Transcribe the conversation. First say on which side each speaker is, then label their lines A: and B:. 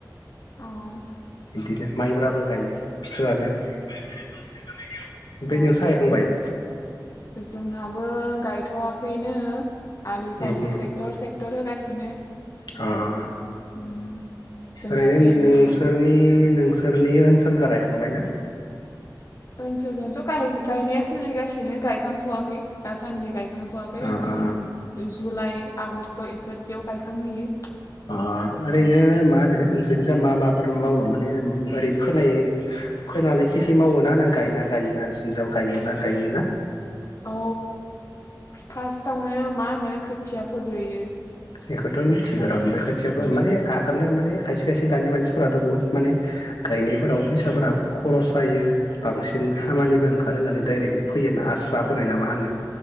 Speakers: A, on the left; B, on the left.
A: औ
B: बिदिनो माइब्राबो गायो फिथोरानो ओमफाय
A: अ
B: नोंसा गायखांबाय?
A: जोंहाबो गायथ'वाखैनो आलि
B: उम
A: सालि
B: उम
A: ट्रेक्टर सेक्टर होगासिनो
B: अ अ
A: उम जोंहाबो
B: ओरैनो
A: इदिनो
B: नोंसोरनि नोंसोर सोरनि ओनसोलजा गायखांबाय ना?
A: ओनसोलजोंथ' गाय गायनाया सोलिगासिनो गायखांथ'वाखै दासान्दि गायखां थ'वाखै
B: अ
A: जुन
B: अ
A: जुलाइ आगस्ट' इफोरदियाव गायखांहैयो
B: अ ओरैनो मा होनो नोंसोर? जा मा माफोर मावो माने बोरै फोनाय फोनानै खेथि मावोना ना गायना गायोना नोंसिनिजों गायोना गायोना?
A: औ फास्टावनो मा होनो खोथिया फोग्रोयो
B: बेखौथ' मिथिगो
A: ओमफ्रायो
B: र' ओमफ्राय खोथियाबो
A: अ
B: माने आगोलनो माने खायसे खायसे दानि मानसिफोराथ' बुहुत माने गायनायफोराव फैसाफोरा खरस जायो बांसिन खामानिबो ओंखार होननानै डायरेक्टलि फैयोना आस्रा फोनाय ना मा होनो